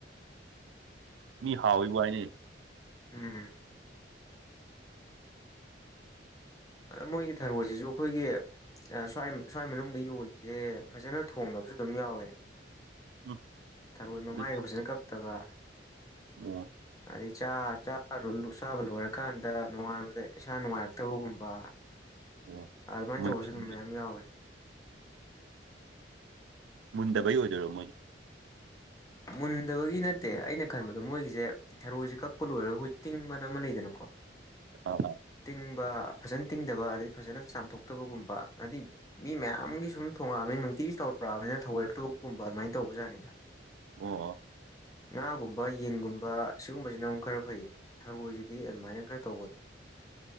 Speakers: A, on the right; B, on the left.
A: ꯃꯤ ꯍꯥꯎꯋꯦꯕꯨ ꯍꯥꯏꯅꯩꯅꯦ
B: ꯎꯝ ꯑ ꯃꯣꯏꯒꯤ ꯊꯔꯣꯏꯖꯤꯖꯨ ꯑꯩꯈꯣꯏꯒꯤ ꯁ꯭ꯋꯥꯏ ꯁ꯭ꯋꯥꯏ ꯃꯅꯨꯡꯗ ꯌꯣꯜꯂꯤꯖꯦ ꯐꯖꯅ ꯊꯣꯡꯗꯕ ꯨ ꯑꯗꯨꯝ ꯌꯥꯎꯋꯦ
A: ꯎꯝ
B: ꯊꯔꯣꯏ ꯃꯃꯥꯏꯒ
A: ꯑꯗꯨꯗꯤ
B: ꯐꯖꯅ ꯀꯛꯇꯕ
A: ꯑꯣ
B: ꯑꯗꯩ ꯆꯥ ꯆꯥ ꯆꯥꯕ ꯂꯣꯏꯔꯀꯥꯟꯗ ꯅꯣꯡꯉꯥꯟꯕꯗ ꯏꯁꯥ ꯅꯨꯡꯉꯥꯏꯔꯛꯇꯕꯒꯨꯝꯕ
A: ꯑꯣ
B: ꯑꯗꯨꯃꯥꯏꯅ
A: ꯃꯨꯟꯗꯕꯤꯗ
B: ꯇꯧꯕꯁꯨ ꯑꯗꯨꯝ ꯃꯌꯥꯝ ꯌꯥꯎꯋꯦ
A: ꯃꯨꯟꯗꯕꯩ ꯑꯣꯏꯗꯣꯏꯔꯣ ꯃꯣꯏꯖꯦ
B: ꯃꯨꯟꯗꯕꯒꯤ ꯅꯠꯇꯦ ꯑꯩꯅ ꯈꯟꯕꯗ ꯃꯣꯏꯒꯤꯖꯦ ꯊꯔꯣꯏꯖꯦ ꯀꯛꯄ ꯂꯣꯏꯔꯒ ꯑꯩꯈꯣꯏ ꯇꯤꯡꯕꯅ ꯑꯃ ꯂꯩꯗꯅꯀꯣ
A: <unintelligible>
B: ꯇꯤꯡꯕ ꯐꯖꯅ ꯇꯤꯡꯗꯕ ꯑꯗꯩ ꯐꯖꯅ ꯆꯥꯝꯊꯣꯛꯇꯕꯒꯨꯝꯕ ꯅꯥꯗꯤ ꯃꯤ ꯃꯌꯥꯝꯒꯤ ꯁꯨꯝ ꯊꯣꯉꯛꯑꯕꯅꯤ ꯅꯨꯡꯇꯤꯒꯤꯁꯨ ꯇꯧꯔꯛꯑꯕꯅꯤꯅ ꯊꯑꯣꯏꯔꯛꯇꯕꯒꯨꯝꯕ ꯑꯗꯨꯃꯥꯏꯟ ꯇꯧꯕꯖꯥꯠꯅꯤꯗ
A: ꯑꯣ ꯑꯣ
B: ꯉꯥꯒꯨꯝꯕ ꯌꯦꯟꯒꯨꯝꯕ ꯁꯤꯒꯨꯝꯕꯖꯤꯅ ꯑꯃꯨꯛ ꯈꯔ ꯐꯩꯌꯦ ꯊꯔꯣꯏꯖꯤꯗꯤ ꯑꯗꯨꯃꯥꯏꯅ ꯈꯔ ꯇꯧꯒꯟꯂꯤ